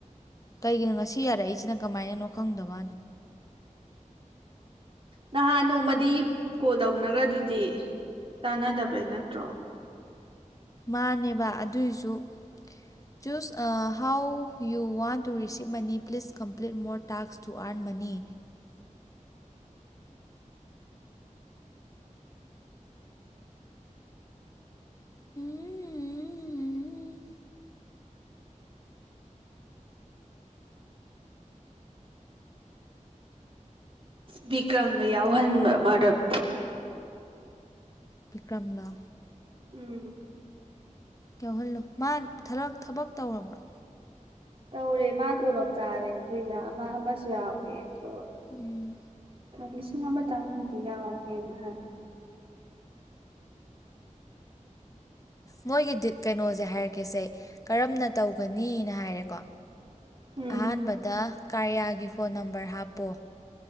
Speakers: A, on the left (about 25°); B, on the right (about 45°).
A: ꯀꯩꯒꯤꯅꯣ ꯉꯁꯤ ꯌꯥꯔꯛꯏꯁ ꯁꯤꯅ ꯀꯃꯥꯏꯅꯅꯣ ꯈꯪꯗꯕꯅꯤ
B: ꯅꯍꯥꯟ ꯅꯣꯡꯃꯗꯤ ꯀꯣꯜ ꯇꯧꯅꯈ꯭ꯔ ꯑꯗꯨꯗꯤ ꯇꯥꯅꯗꯕꯩ ꯅꯠꯇ꯭ꯔꯣ꯫
A: ꯃꯥꯅꯦꯕ ꯑꯗꯨꯏꯁꯨ choose how you want to receipt money please complete more tasks to earn money ꯎꯝ꯫
B: ꯕꯤꯀ꯭ꯔꯝꯗ ꯌꯥꯎꯍꯟꯕ ꯃꯔꯨꯞ
A: ꯕꯤꯀ꯭ꯔꯝꯂꯥ
B: ꯎꯝ꯫
A: ꯌꯥꯎꯍꯜꯂꯣ ꯃꯥ ꯊꯕꯛ ꯇꯧꯔꯕ꯭ꯔꯥ?
B: ꯇꯧꯔꯦ ꯃꯥ ꯇꯣꯂꯣꯞ ꯆꯥꯔꯦ ꯑꯗꯨ ꯃꯥ ꯑꯃꯁꯨ ꯌꯥꯎꯏ꯫ <unintelligible>
A: ꯎꯝ
B: ꯂꯤꯁꯤꯡ ꯑꯃꯇꯥ ꯑꯣꯏꯗꯤ ꯌꯥꯑꯣꯒꯦꯅ ꯍꯥꯏ ꯫
A: ꯃꯣꯏꯒꯤꯗꯤꯠ ꯀꯩꯅꯣꯁꯦ ꯍꯥꯏꯔꯛꯀꯦꯁꯦ ꯀꯔꯝꯅ ꯇꯧꯒꯅꯤꯅ ꯍꯥꯏꯔꯦꯀꯣ
B: ꯎꯝ
A: ꯑꯍꯥꯟꯕꯗ ꯀꯥꯔꯤꯌꯥꯒꯤ ꯐꯣꯟ ꯅꯝꯕꯔ ꯍꯥꯞ ꯄꯣ